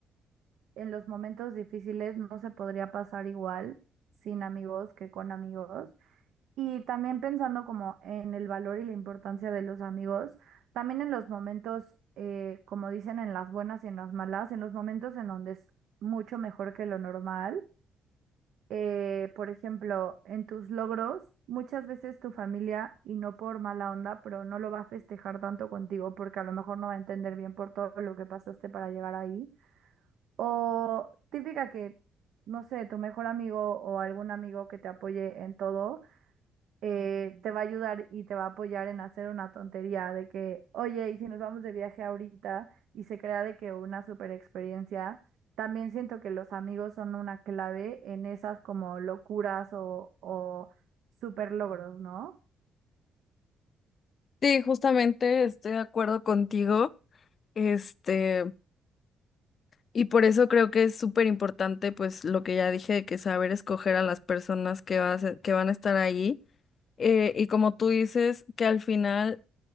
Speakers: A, on the right; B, on the left.
A: en los momentos difíciles no se podría pasar igual sin amigos que con amigos. Y también pensando como en el valor y la importancia de los amigos, también en los momentos, eh, como dicen, en las buenas y en las malas, en los momentos en donde es mucho mejor que lo normal, eh, por ejemplo, en tus logros, muchas veces tu familia, y no por mala onda, pero no lo va a festejar tanto contigo porque a lo mejor no va a entender bien por todo lo que pasaste para llegar ahí. O típica que, no sé, tu mejor amigo o algún amigo que te apoye en todo eh, te va a ayudar y te va a apoyar en hacer una tontería de que, oye, y si nos vamos de viaje ahorita y se crea de que una super experiencia, también siento que los amigos son una clave en esas como locuras o, o super logros, ¿no?
B: Sí, justamente estoy de acuerdo contigo. Este, Y por eso creo que es súper importante, pues lo que ya dije, de que saber escoger a las personas que, vas que van a estar ahí. Eh, y como tú dices, que al final